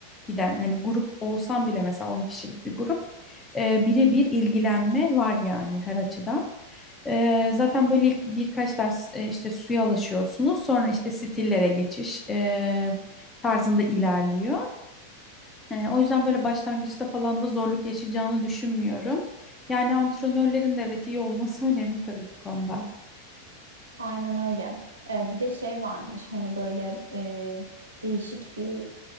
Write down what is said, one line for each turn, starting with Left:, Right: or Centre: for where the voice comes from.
Left: giden. Hani grup olsam bile mesela 10 kişilik bir grup. E, birebir ilgilenme var yani her açıdan. E, zaten böyle ilk birkaç ders e, işte suya alışıyorsunuz. Sonra işte stillere geçiş e, tarzında ilerliyor. Ee, o yüzden böyle başlangıçta falan da zorluk yaşayacağını düşünmüyorum. Yani antrenörlerin de evet iyi olması <laughs> önemli tabii bu konuda.
Right: Aynen öyle. Ee, bir de şey varmış hani böyle e, değişik bir